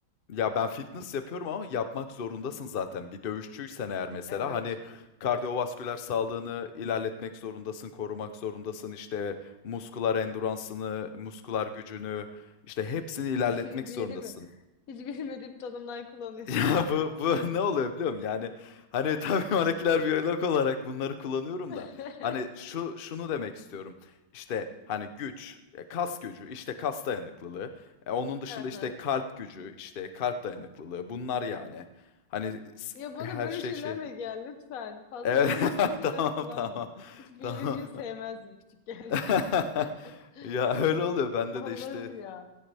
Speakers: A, on the left (about 70°); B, on the left (about 50°).
A: Ya ben fitness yapıyorum ama yapmak zorundasın zaten. Bir dövüşçüysen eğer mesela
B: Evet.
A: hani kardiyovasküler sağlığını ilerletmek zorundasın, korumak zorundasın. İşte muskular enduransını, muskular gücünü işte hepsini
B: <laughs>
A: ilerletmek
B: Diye
A: zorundasın.
B: değil mi? Hiç bilmediğim tanımlar kullanıyorsun.
A: Ya, bu bu <laughs> ne oluyor biliyor musun? Yani, hani, <laughs> tabii moleküler biyolog olarak bunları kullanıyorum
B: <laughs>
A: da, hani, şu şunu demek istiyorum, işte, hani, güç, eee, kas gücü, işte, kas dayanıklılığı, eee, onun dışında,
B: Hı hı.
A: işte, kalp gücü, işte, kalp dayanıklılığı bunlar yani. Hani, s
B: Ya bana
A: her
B: böyle
A: şey
B: şeylerle
A: şey
B: gel lütfen. Fazla
A: Evet,
B: bilimsel
A: <laughs>
B: <laughs> şeyler
A: tamam,
B: kullanma.
A: tamam,
B: Hiç biyolojiyi
A: tamam.
B: sevmezdim küçükken.
A: <laughs>
B: <laughs>
A: Ya, öyle oluyor. Bende
B: Allah'ım
A: de, işte
B: ya.